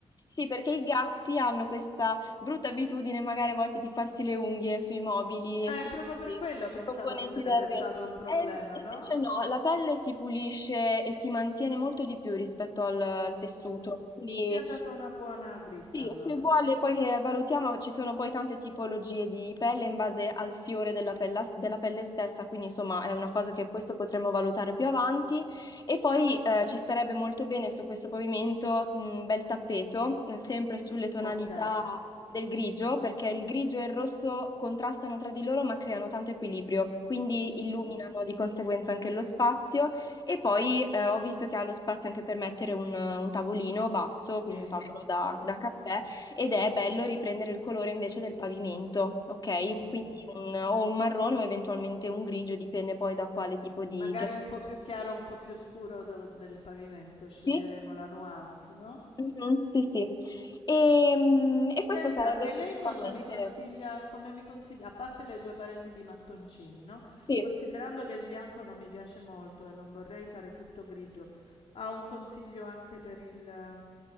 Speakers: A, on the left (about 40°); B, on the left (about 65°).
A: sì, perché i gatti hanno questa brutta abitudine magari a volte di farsi le unghie sui mobili e sui
B: proprio per
A: sui
B: quello pensavo
A: componenti
B: che sarebbe
A: d'arredo.
B: stato un problema,
A: E e invece
B: no?
A: no, la pelle si pulisce e si mantiene molto di più rispetto al, al tessuto, quindi
B: Mi ha dato una buona dritta
A: sì,
B: allora.
A: se vuole, poi che valutiamo, ci sono poi tante tipologie di pelle in base al fiore della pella- della pelle, stessa, quindi insomma è una cosa che questo potremo valutare più avanti. E poi eh, ci starebbe molto bene su questo pavimento un bel tappeto, eh, sempre sulle tonalità
B: Ok.
A: del grigio, perché il grigio e il rosso contrastano tra di loro ma creano tanto equilibrio, quindi
B: Mhm.
A: illuminano di conseguenza anche lo spazio e poi eh, ho visto che ha lo spazio anche per mettere un, un tavolino basso,
B: Sì,
A: quindi un tavolo da,
B: sì.
A: da caffè, ed è bello riprendere il colore invece del pavimento, ok?
B: Mm.
A: Quindi un- o un marrone o eventualmente un grigio, dipende poi da quale tipo di
B: Magari
A: piastrella.
B: un po' più chiaro, un po' più scuro do- del pavimento, sceglieremo
A: Sì,
B: la nuance, no?
A: Mhm, sì, sì. E, mm, e
B: Senta,
A: questo sarebbe
B: e
A: principalmente,
B: lei cosa mi consiglia come mi consiglia a parte le 2 pareti di mattoncini, no,
A: sì,
B: considerando che il bianco non mi piace molto e non vorrei fare tutto grigio, ha un consiglio anche per il